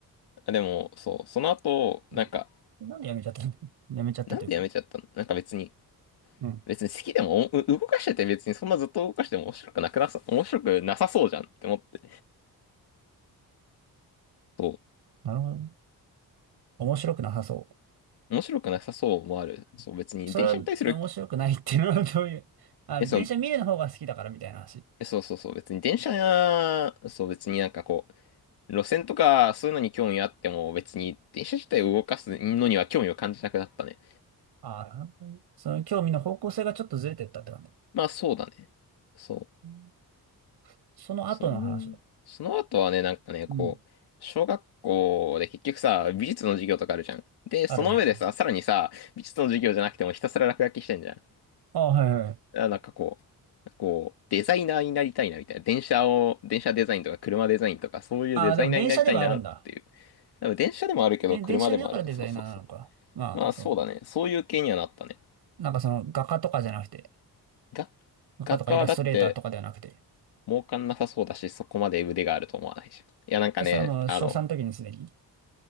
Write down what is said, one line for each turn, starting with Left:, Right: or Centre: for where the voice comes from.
Left: あでも、そう、その後、
Right: うん。
Left: なんか、
Right: なんで辞めちゃったの <laughs> 辞めちゃったというか。
Left: なんでやめちゃったのなんか別に、
Right: うん。
Left: 別に好きでも、おう動かしてて別にそんなずっと動かしても面白くなくなさ、面白くなさそうじゃんって思って。そ
Right: なるほどね。面白くなさそ
Left: う、面白くなさそうもある。そう、別に電車に対する、
Right: う。それは面白くないっていうのは <laughs> どういう。あ、
Left: え、
Right: 電車見るの方が好きだからみたいな話。
Left: そう、え、そうそうそう、別に電車や、そう、別になんかこう、路線とかそういうのに興味あっても、別に電車自体を動かすのには興味を感じなくなったね。
Right: ああ、なるほどね。その興味の方向性がちょっとずれてったって感じ。
Left: まあ、そうだね。そう。
Right: うんその後の話は。
Left: その、その後はね、なんかね、
Right: うん。
Left: こう、小学校で結局さ、美術の授業とかあるじゃん。で、
Right: あるね。
Left: その上でさ、さらにさ、美術の授業じゃなくてもひたすら落書きしてんじゃん。
Right: あ、はいはい。
Left: あ、なんかこう、こう、デザイナーになりたいなみたいな。電車を、電車デザインとか車デザインとか、そういうデザイナーになりたいなっていう。
Right: あ、でも電車ではあるんだ。
Left: でも電車でもあるけど、
Right: で、
Left: 車でもあるね。
Right: 電車でだからデザイナーなのか。
Left: そうそうそ
Right: まあ、
Left: う。まあそうだね。
Right: そ
Left: そういう系にはなったね。
Right: う。なんかその画家とかじゃなくて、
Left: が
Right: 画家とかイラストレーターとかではなくて。
Left: 学科はだって、儲かんなさそうだし、そこまで腕があると思わないじゃん。いや、なんかね、
Right: それはもう小さんの時にすでに。
Left: あの、